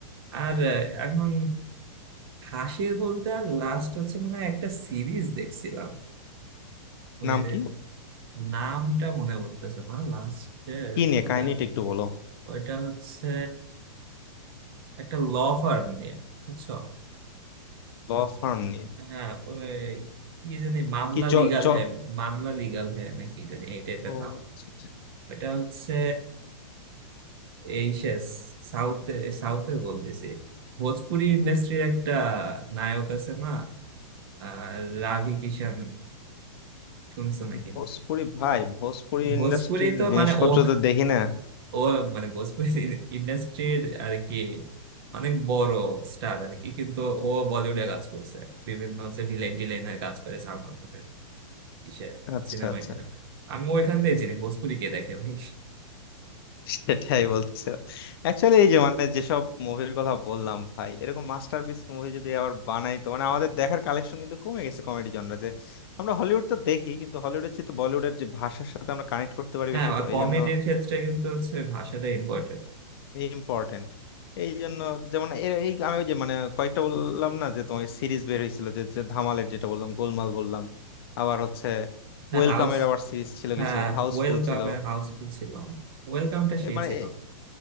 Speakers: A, on the right; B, on the left.
A: আর আহ, এখন হাসির বলতে আর লাস্ট হচ্ছে মনে হয় একটা সিরিজ দেখছিলাম ওই
B: নাম
A: যে
B: কি
A: নামটা মনে পড়তেছে না লাস্টের
B: কি নিয়ে
A: ওটা
B: কাহিনীটা একটু বলো
A: ওইটা হচ্ছে একটা ল ফার্ম নিয়ে বুঝছো
B: ল ফার্ম নিয়ে
A: হ্যাঁ ওই কি জানি মামলা
B: কি জ
A: লিগাল
B: জ
A: হ্যাঁ মামলা লিগাল হ্যাঁ নাকি জানি এই টাইপের
B: ও
A: নাম
B: আচ্ছা, আচ্ছা।
A: এটা হচ্ছে এই সে সাউথে সাউথে বলতেছি ভোজপুরি ইন্ডাস্ট্রির একটা নায়ক আছে না আহ, রাভি কিষান শুনছো নাকি
B: ভোজপুরি ভাই ভোজপুরি
A: ভোজপুরি
B: ইন্ডাস্ট্রির
A: তো
B: জিনিসপত্র
A: মানে ও
B: তো দেখি না
A: ও মানে ভোজপুরি ইন্ডাস্ট্রির আর কি অনেক বড় স্টার আর কি কিন্তু ও বলিউডে কাজ করছে বিভিন্ন হচ্ছে ভিলেন টিলেনের কাজ করে সালমান খানের ইসে
B: আচ্ছা
A: সিনেমায়
B: আচ্ছা
A: টিনেমায় আমি ওইখান দিয়ে চিনি ভোজপুরি কে দেখে ভাই
B: সেটাই বলতেছিলাম অ্যাকচুয়ালি এই যে মানে যেসব মুভির কথা বললাম ভাই এরকম মাস্টারপিস মুভি যদি আবার বানাই তো মানে আমাদের দেখার কালেকশন কিন্তু কমে গেছে কমেডি জনরাতে আমরা হলিউড তো দেখি কিন্তু হলিউডের চেয়ে তো বলিউডের যে ভাষার সাথে আমরা কানেক্ট করতে পারি
A: হ্যাঁ
B: বেশি
A: আর
B: তো
A: কমেডির
B: এই জন্য
A: ক্ষেত্রে কিন্তু হচ্ছে ভাষাটা ইম্পর্টেন্ট
B: ইম্পর্টেন্ট এই জন্য যেমন এর- এই আমি ওই যে মানে কয়েকটা বললাম না যে তোমাকে সিরিজ বের হয়েছিল যে যে ধামালের যেটা বললাম গোলমাল বললাম আবার হচ্ছে
A: হ্যাঁ
B: ওয়েলকামের
A: হাউস
B: আবার সিরিজ ছিল
A: হ্যাঁ
B: কিছু হাউসফুল
A: ওয়েলকামে
B: ছিল
A: হাউসফুল ছিল ওয়েলকামটা সেই
B: এ মানে
A: ছিল